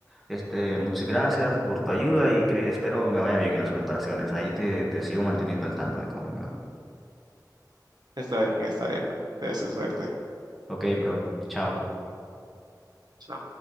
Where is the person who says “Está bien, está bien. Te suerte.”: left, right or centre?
Right